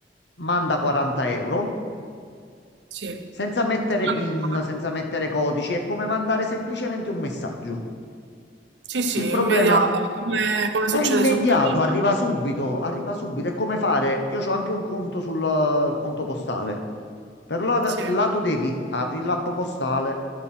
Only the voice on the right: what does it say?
sì.
Credo
che
Sì, sì,
immediata, come come
succede
su Prime.
Sì,